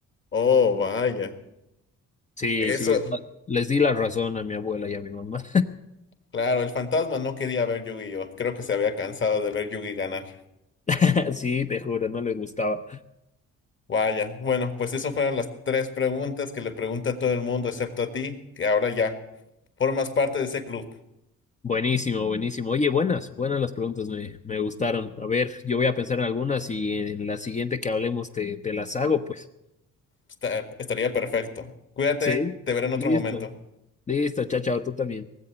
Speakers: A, on the left; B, on the left.
A: Oh, vaya.
B: Sí,
A: Eso,
B: sí, les di la razón a mi abuela y a mi mamá.
A: claro, el fantasma no quería ver Yu-Gi-Oh! Creo que se había cansado de ver Yugi ganar.
B: <laughs> Sí, te juro, no les gustaba.
A: Vaya. Bueno, pues esas fueron las tres preguntas que le pregunta a todo el mundo, excepto a ti, que ahora ya formas parte de ese club.
B: Buenísimo, buenísimo. Oye, buenas, buenas las preguntas, me, me gustaron. A ver, yo voy a pensar en algunas y en la siguiente que hablemos te, te las hago, pues.
A: Está- estaría perfecto. Cuídate,
B: Sí,
A: te veré en otro
B: listo.
A: momento.
B: Listo, chao, chao, tú también.